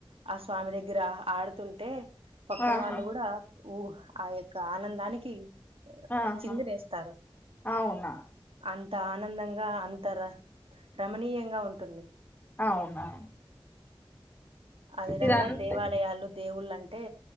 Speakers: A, on the right; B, on the left.
A: ఆ స్వామి దగ్గర ఆహ్ ఆడ తుంటే పక్కన
B: ఆహా
A: వాళ్ళు కూడా ఊ ఆ యొక్క ఆనందానికి
B: ఆహా
A: చిందులేస్తారు
B: అవునా
A: అంత ఆనందంగా అంత ర రమణీయంగా ఉంటుంది
B: అవునా
A: ఆ విధంగా
B: ఇదంతే
A: దేవాలయాలు దేవుళ్ళ అంటే